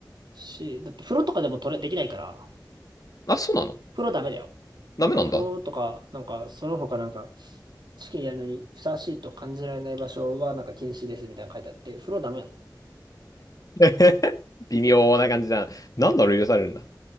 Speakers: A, on the right; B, on the left.
A: し、だって風呂とかでも取れ、できないから、
B: あ、そうなの
A: 風呂ダメだよ。
B: ダメなんだ。
A: なんか風呂とか、なんかその他なんか、試験やるのにふさわしいと感じられない場所はなんか禁止ですみたいなの書いてあって、風呂ダメなんだよ。
B: <laughs> 微妙な感じだな。なんだろう、許されるんだ。